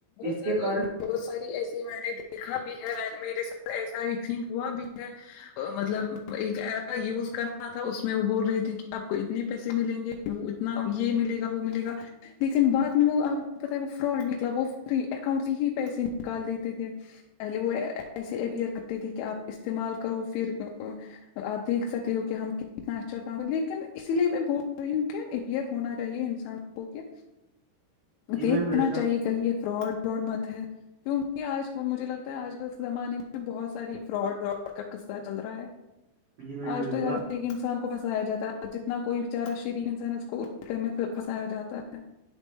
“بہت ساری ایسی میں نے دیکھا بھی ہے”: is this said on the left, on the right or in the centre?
Left